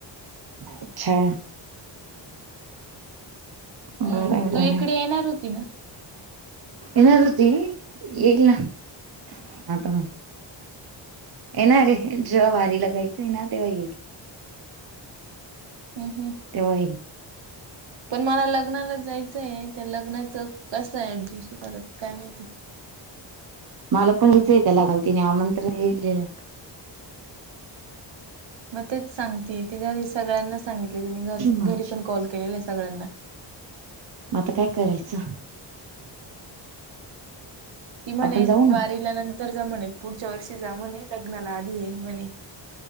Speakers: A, on the right; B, on the right.
A: अच्छा. बरं
B: हम्म
A: आहे बरं
B: तू इकडे
A: आहे
B: येणार होती ना.
A: येणार होती एकला. <inaudible> येणारे जेव्हा वारीला जायचं येणार तेव्हा येईल.
B: हम्म हम्म.
A: तेव्हा
B: पण मला लग्नाला जायचं आहे त्या लग्नाचं कसं आहे ऍडजस्ट करत काय माहिती.
A: मला पण हच ऐका लागल तिनी आमंत्रण दिले.
B: म तेच सांगते ती घरी सगळ्यांना सांगितली तिने घर
A: माझी
B: घरी पण कॉल केलेला आहे सगळ्यांना.
A: म आता काय करायचं.
B: ती म्हणे
A: आपण जाऊ ना
B: वारीला नंतर जा, म्हणे पुढच्या वर्षी जा म्हणे लग्नाला आधी ये म्हणे.